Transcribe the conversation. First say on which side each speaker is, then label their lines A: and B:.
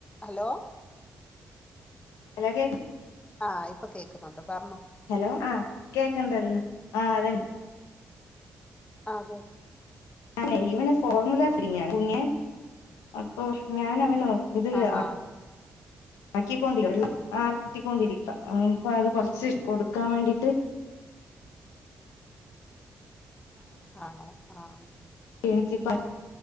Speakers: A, on the left; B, on the left.
A: Hello
B: hello കേക്ക്
A: ആഹ് ഇപ്പ കേക്കുന്നുണ്ട് പർഞ്ഞോ
B: ഹലോ ആഹ് കേക്ക്ണ്ടല്ലോ ആഹ് അതെന്നെ
A: ആഹ് കേക്
B: അല്ല ഇവന് ഫോർമുല ഫീഡിങ്ങാണ് കുഞ്ഞെ അപ്പൊ ഞാൻ അവനോ ഇത് ര
A: ആഹാ
B: ആ ആക്കിക്കൊണ്ട്ല്ലെ വെള്ളം ആറ്റിക്കൊണ്ടിരിക്ക അപ്പൊ അത് കൊറച്ച് കൊടുക്കാൻ വേണ്ടിട്ട്
A: ആണോ ആന്ന്
B: ക്ഷീണിച്ച് പ